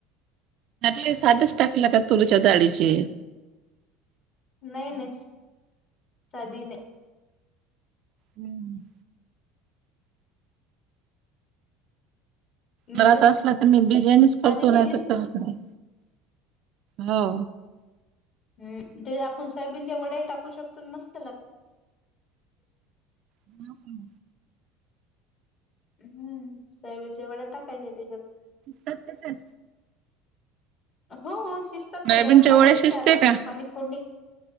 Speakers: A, on the right (about 55°); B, on the left (about 50°).
A: ले साधच टाकला का तुरच्या ाळीचे.
B: नाही नाही साधी नाही.
A: हम्म. घरात
B: मग ते
A: असला तर मी बिर्याणीच
B: साधी
A: करतो
B: केली
A: नाही तर
B: ना
A: करत नाही हो.
B: ह ते आपण सोयाबीनच्या वड्या टाकू शकतो मस्त लागत.
A: हमम.
B: हम्म सबीजवाड टाकायचे त्याच्यात.
A: च्या.
B: हो शिजतात
A: सोयाबीनच्या
B: ना गरम पाण्या
A: वड्या
B: देते
A: शिजते
B: आता आपण
A: का
B: पाणी फोडली.